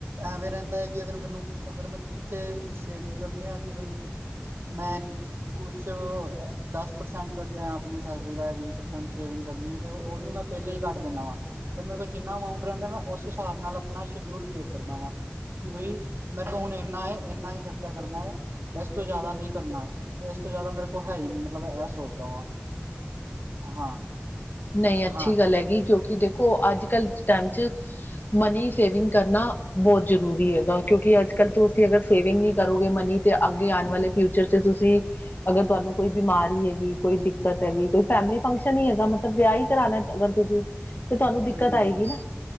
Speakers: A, on the right; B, on the left.
A: ਐਵੇਂ ਰਹਿੰਦਾ ਐ ਕਿ ਅਗਰ ਮੈਨੂੰ ਅਗਰ ਮੈਂ ਕਿੱਥੇ ਸੇਵਿੰਗ ਕਰਨੀ ਆ ਕਿਵੇ ਮੈਂ ਕੁਛ ਦਸ ਪ੍ਰਸੈਂਟ ਕੱਢਣੇ ਆਪਣੀ ਸੈਲਰੀ ਦਾ ਵੀਹ ਪ੍ਰਸੈਂਟ ਸੇਵਿੰਗ ਕਰਨੀ ਐ ਤੇ ਉਹਨੂੰ ਮੈਂ ਪਹਿਲੇ ਈ ਕੱਟ ਦਿੰਨਾ ਵਾ, ਫਿਰ ਮੇਰੇ ਕੋਲ ਜਿੰਨਾ ਅਮਾਊਂਟ ਰਹਿੰਦਾ ਮੈਂ ਉਸ ਹਿਸਾਬ ਨਾਲ ਆਪਣਾ ਸ਼ਡਿਊਲ ਕ੍ਰੀਏਟ ਕਰਦਾ ਵਾਂ। ਕਿ ਬਾਈ ਮੇਰੇ ਕੋਲ ਹੁਣ ਇੰਨਾ ਐ ਇੰਨਾ ਈ ਖਰਚਾ ਕਰਨਾ ਹੈ। ਇਸ ਤੋਂ ਜ਼ਿਆਦਾ ਨੀ ਕਰਨਾ, ਤੇ ਇਸ ਤੋਂ ਜ਼ਿਆਦਾ ਮੇਰੇ ਕੋਲ ਹੈ ਈ ਨੀ ਮਤਲਬ ਇਹ ਸੋਚਦਾ ਵਾਂ। ਹਾਂ,
B: ਨਹੀਂ ਅੱਛੀ
A: ਹਾਂ
B: ਗੱਲ
A: ਹਾਂ
B: ਹੈਗੀ ਕਿਉਂਕਿ ਦੇਖੋ ਅੱਜ ਕੱਲ੍ਹ ਟਾਈਮ ਚ ਮਨੀ ਸੇਵਿੰਗ ਕਰਨਾ ਬਹੁਤ ਜ਼ਰੂਰੀ ਹੈਗਾ ਕਿਉਂਕਿ ਅੱਜ ਕੱਲ੍ਹ ਤੁਸੀਂ ਅਗਰ ਸੇਵਿੰਗ ਨਹੀਂ ਕਰੋਗੇ ਮਨੀ। ਤੇ ਅੱਗੇ ਆਣ ਵਾਲੇ ਫਿਊਚਰ ਚ ਤੁਸੀਂ ਅਗਰ ਤੁਹਾਨੂੰ ਕੋਈ ਬਿਮਾਰੀ ਹੈਗੀ ਕੋਈ ਦਿੱਕਤ ਹੈਗੀ ਕੋਈ ਫੈਮਿਲੀ ਫੰਕਸ਼ਨ ਈ ਹੈਗਾ ਮਤਲਬ ਵਿਆਹ ਈ ਕਰਾਣਾ ਅਗਰ ਤੁਸੀਂ ਤੇ ਤੁਹਾਨੂੰ
A: ਹੂੰ
B: ਦਿੱਕਤ
A: ਹੂੰ
B: ਆਏਗੀ
A: ਹੂੰ
B: ਨਾ,